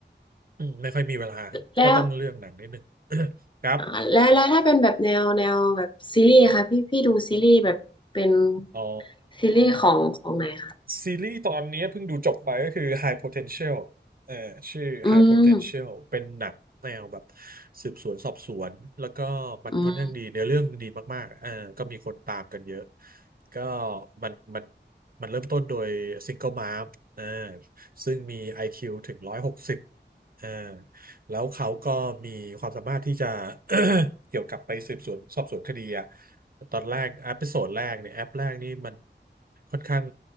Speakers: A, on the right (about 50°); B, on the left (about 25°).
A: อืมไม่ค่อยมีเวลาก็ต้องเลือกหนังนิดหนึ่ง
B: แล้ว
A: <coughs> ครับ
B: อ่าแล้วแล้วถ้าเป็นแบบแนวแนวแบบซีรีส์อะค่ะพี่พี่ดูซีรีส์แบบเป็น
A: อ๋อ
B: ซีรีส์ของของไหนคะ
A: ซีรีส์ตอนนี้เพิ่งดูจบไปก็คือ High Potential เอ่อชื่อ
B: อืม
A: High Potential เป็นหนังแนวแบบสืบสวนสอบสวนแล้วก็มันค่อนข้างดีเนื้อเรื่องดีมากๆเออก็มีคนตามกันเยอะ
B: อืม
A: ก็มันมันมันเริ่มต้นโดยซิงเกิลม m มเออซึ่งมี IQ ถึงหนึ่งร้อยหกสิบเออ แล้วเขาก็มีความสามารถที่จะ <coughs> เกี่ยวกับไปสืบสวนสอบสวนคดีอะตอนแรกแอปโซดแรกเนี่ยแอปแรกนี่มันค่อนข้าง